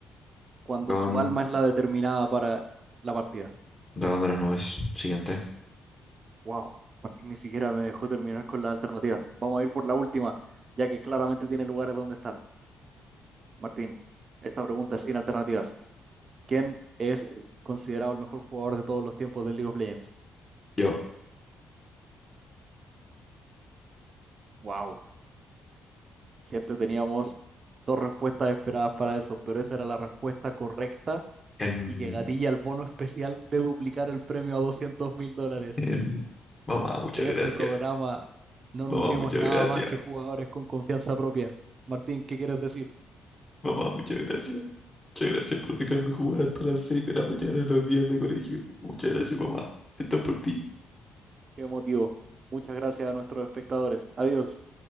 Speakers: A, on the right; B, on the left.
A: cuando
B: Dragón,
A: su alma es la determinada para la partida.
B: dragón de las nubes. Siguiente.
A: Wow, Martín ni siquiera me dejó terminar con la alternativa. Vamos a ir por la última, ya que claramente tiene lugares donde estar. Martín, esta pregunta es sin alternativas. ¿Quién es considerado el mejor jugador de todos los tiempos del League of Legends?
B: Yo.
A: Wow. Gente, teníamos dos respuestas esperadas para eso, pero esa era la respuesta correcta
B: En,
A: y que gatilla el bono especial de duplicar el premio a doscientos mil dólares.
B: en... Mamá, muchas
A: En este
B: gracias.
A: programa no
B: Mamá,
A: nutrimos
B: muchas
A: nada
B: gracias.
A: más que jugadores con confianza propia. Martín, ¿qué quieres decir?
B: Mamá, muchas gracias. Muchas gracias por dejarme jugar hasta las 6 de la mañana en los días de colegio. Muchas gracias, mamá. Esto es por ti.
A: Qué emotivo. Muchas gracias a nuestros espectadores. Adiós.